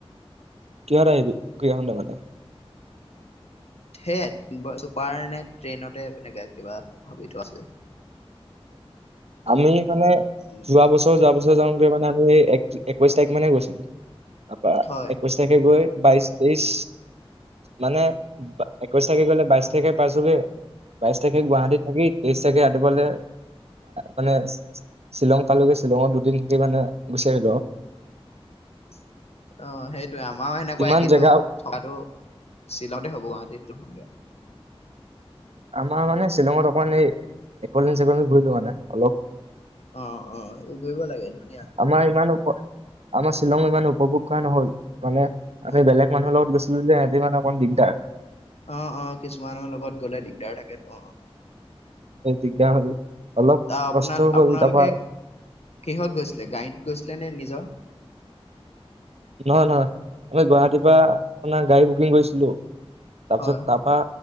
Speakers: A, on the right; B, on the left.
A: কিহত আহিবি ঘুৰি আহোতে গলে
B: সেয়াই চুপাৰ নে ট্ৰেইনতে এনেকে কিবা ভাবি থোৱা আছে
A: আমি মানে
B: উম
A: যোৱা বছৰ যোৱা বছৰ যাওঁতে মানে আমি এক একৈশ তাৰিখ মানে গৈছিলো তাৰপৰা
B: হয়
A: একৈশ তাৰিখে গৈ বাইশ তেইশ মানে একৈশ তাৰিখে গলে বাইশ তাৰিখে পাইছোগে বাইশ তাৰিখে গুৱাহাটীত থাকি তেইশ তাৰিখে ৰাতিপুৱালে মানে শ্বিলং পালোগে শ্বিলঙত দুদিন থাকি মানে গুচি আহিলো।
B: <inaudible> অ' সেইটোৱে আমাৰো সেনেকুৱাই
A: ইমান
B: কিন্তু
A: জেগা
B: থকাটো শ্বিলঙতে হব গুৱাহাটীত নহয়
A: আমাৰ মানে শ্বিলঙত অকমান এই একোলেণ্ড-চেকোলেণ্ড ঘূৰি থকা যায় অলপ।
B: অ' অ' সেইবোৰ কৰিব লাগে ধুনীয়া
A: আমাৰ ইমান আমাৰ শ্বিলং ইমান উপভোগ কৰা নহল মানে আমি
B: অ
A: বেলেগ মানুহৰ লগত গৈছো ত মানে হেঁতি মানে অকণ দিগদাৰ
B: অ', অ', কিছুমানৰ লগত গলে দিগদাৰ থাকেতো অ'
A: দিগদাৰ হ'ল অলপ
B: তা আপোনাক
A: কষ্ট হ'ল
B: আপোনালোকে
A: তাৰপৰা
B: কিহত গৈছিলে গাড়ীত গৈছিলে নে নিজৰ
A: নহয় নহয় আমি গুৱাহাটীৰ পৰা আপোনাৰ গাড়ী বুকিং কৰিছিলো। তাৰপিছত
B: হয় হয়
A: তাপা